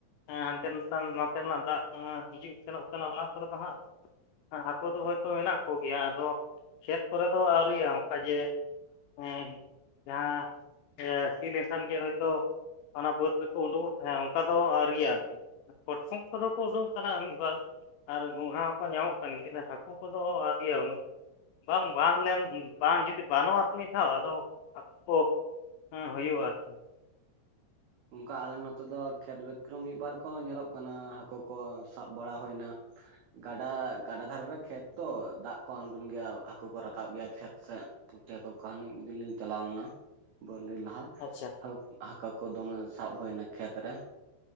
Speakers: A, on the left; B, on the right.
A: ᱦᱮᱸ ᱦᱟᱱᱛᱮ ᱱᱟᱛᱮ ᱱᱚᱛᱮ ᱱᱟᱜ ᱫᱟᱜ ᱦᱤᱡᱩᱜ ᱥᱮᱱᱚᱜ ᱠᱟᱱᱟ ᱚᱱᱟ ᱠᱚᱨᱮ ᱫᱚ ᱦᱟᱸᱜ ᱦᱟᱹᱠᱩ ᱫᱚ ᱦᱚᱭᱛᱳ ᱢᱮᱱᱟᱜ ᱠᱚ ᱜᱮᱭᱟ ᱾ ᱟᱫᱚ, ᱠᱷᱮᱛ ᱠᱚᱨᱮ ᱫᱚ ᱟᱹᱣᱨᱤᱭᱟ ᱚᱱᱠᱟ ᱡᱮ ᱦᱮᱸ ᱡᱟᱦᱟᱸ ᱥᱤ ᱞᱮᱱᱠᱷᱟᱱ ᱜᱮ ᱦᱚᱭᱛᱳ ᱚᱱᱟ ᱵᱟᱹᱫᱽ ᱨᱮᱠᱚ ᱩᱰᱩᱠᱚᱜ ᱛᱟᱦᱮᱸ ᱚᱱᱠᱟ ᱫᱚ ᱟᱹᱣᱨᱤᱭᱟ ᱟᱨᱠᱤ ᱾ ᱠᱟᱴᱠᱚᱢ ᱠᱚᱫᱚ ᱠᱚ ᱩᱰᱩᱠ ᱠᱟᱱᱟ ᱢᱤᱫᱵᱟᱨ ᱟᱨ ᱜᱚᱝᱜᱷᱟ ᱦᱚᱸᱠᱚ ᱧᱟᱢᱚᱜ ᱠᱟᱱ ᱜᱮ ᱦᱟᱹᱠᱩ ᱦᱟᱹᱠᱩ ᱠᱚᱫᱚ ᱟᱹᱣᱨᱤᱭ ᱜᱮᱭᱟ ᱩᱱᱟᱹᱜ ᱾ ᱵᱟᱝ ᱵᱟᱱ ᱞᱮᱱ ᱵᱟᱝ ᱡᱩᱫᱤ ᱵᱟᱱᱚᱜᱼᱟ ᱥᱮ ᱢᱤᱫ ᱫᱷᱟᱣ ᱟᱫᱚ ᱦᱟᱹᱠᱩ ᱠᱚ ᱦᱮᱸ, ᱦᱩᱭᱩᱜᱼᱟ ᱟᱨᱠᱤ ᱾
B: ᱚᱱᱠᱟ ᱟᱞᱮ ᱱᱚᱛᱮ ᱫᱚ ᱠᱷᱮᱛ ᱵᱟᱹᱫᱽ ᱠᱚᱨᱮ ᱢᱤᱫᱵᱟᱨ ᱠᱚ ᱧᱮᱞᱚᱜ ᱠᱟᱱᱟ ᱦᱟᱹᱠᱩ ᱠᱚ ᱥᱟᱵ ᱵᱟᱲᱟ ᱦᱩᱭ ᱮᱱᱟ ᱾ ᱜᱟᱰᱟ ᱜᱟᱰᱟ ᱫᱷᱟᱨᱮ ᱨᱮ ᱠᱷᱮᱛ ᱛᱚ ᱫᱟᱜ ᱠᱚ ᱟᱬᱜᱚᱱ ᱜᱮᱭᱟ ᱦᱟᱹᱠᱩ ᱠᱚ ᱨᱟᱠᱟᱵ ᱜᱮᱭᱟ ᱠᱷᱮᱛ ᱥᱮᱫ ᱾ ᱯᱩᱴᱷᱤ ᱦᱟᱠᱚ ᱦᱟᱹᱱᱤ ᱢᱤᱫ ᱫᱤᱱ ᱞᱤᱧ ᱪᱟᱞᱟᱣ ᱞᱮᱱᱟ ᱵᱟᱨ ᱫᱤᱱ ᱞᱟᱦᱟ ᱾ ᱦᱟᱹᱠᱩ
A: ᱟᱪᱪᱷᱟ
B: ᱠᱚ ᱫᱚᱢᱮ ᱥᱟᱵ ᱦᱩᱭ ᱮᱱᱟ ᱠᱷᱮᱛ ᱨᱮ